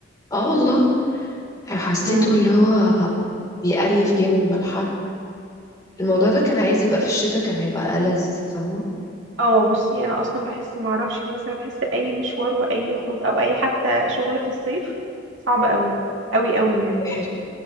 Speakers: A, on the left; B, on the right.
A: اه والله حسيته
B: امم
A: اللي هو بيقريف جامد من الحر الموضوع ده كان عايز يبقى في الشتاء كان هيبقى ألذ فاهمه
B: اه بصي انا اصلا بحس ما اعرفش ليه بس انا بحس اي مشوار واي خروج او اي حتى شغل في الصيف صعب قوي قوي قوي يعني
A: وحش